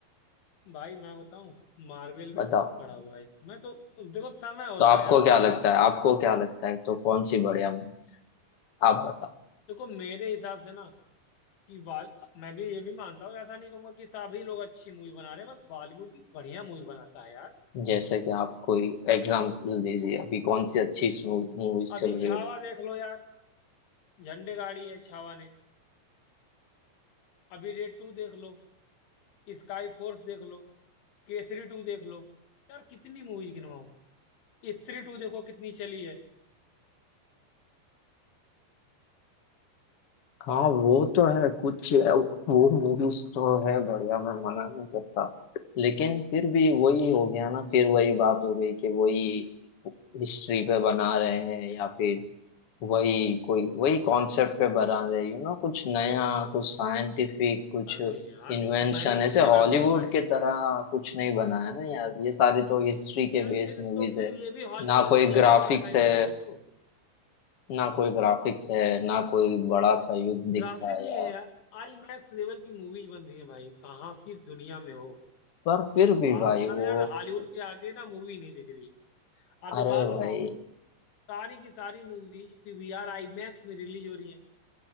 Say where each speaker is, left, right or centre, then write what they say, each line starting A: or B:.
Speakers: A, on the left; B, on the left.
A: भाई मैं बताऊं मार्वल
B: बताओ
A: भी ठप पड़ा हुआ है मैं तो देखो समय होता
B: तो आपको
A: है यार
B: क्या
A: सभी
B: लगता
A: का
B: है आपको क्या लगता है तो कौन सी बढ़िया मूवी आप बताओ
A: देखो मेरे हिसाब से ना कि बाल मैं भी ये भी मानता हूँ ऐसा नहीं कहूंगा कि सभी लोग अच्छी मूवी बना रहे हैं बस बॉलीवुड भी बढ़िया मूवी बनाता है यार
B: जैसे कि आप कोई एग्जाम्पल दीजिए अभी कौन सी अच्छी मूवीज
A: अभी
B: चल रही
A: छावा
B: है
A: देख लो यार झंडे गाड़ी है छावा ने अभी रेड टू देख लो स्काई फोर्स देख लो केसरी टू देख लो यार कितनी मूवीज गिनवाऊं स्त्री टू देखो कितनी चली है
B: हाँ वो तो है कुछ वो मूवीज तो है बढ़िया मैं मना नहीं करता लेकिन फिर भी वही हो गया ना फिर वही बात हो गई कि वही हिस्ट्री पे बना रहे हैं या फिर वही कोई वही कॉन्सेप्ट पे बना रहे यू नो कुछ नया कुछ साइंटिफिक कुछ
A: अरे यार
B: इन्वेंशन
A: अब मैंने
B: ऐसे
A: जितने
B: हॉलीवुड
A: नाम गिनवाए
B: के तरह कुछ नहीं बनाया ना यार ये सारे तो हिस्ट्री के
A: यार
B: बेस्ड
A: फिर
B: मूवीज
A: तो फिर
B: है
A: ये भी हॉलीवुड
B: ना
A: नहीं
B: कोई
A: हो जाएंगे
B: ग्राफिक्स
A: वैसा ही बनाएंगे
B: है
A: तो
B: ना कोई ग्राफिक्स है ना कोई बड़ा सा युद्ध दिखता
A: ग्राफिक
B: है
A: नहीं
B: यार
A: है यार आई मैक्स लेवल की मूवीज बन रही है भाई कहाँ किस दुनिया में हो
B: पर फिर भी
A: आपको
B: भाई
A: ना
B: वो
A: यार हॉलीवुड के आगे ना मूवी नहीं दिख रही आप
B: अरे
A: एक बात बताओ
B: भाई
A: सारी की सारी मूवीज पीवीआर आईमैक्स में रिलीज हो रही हैं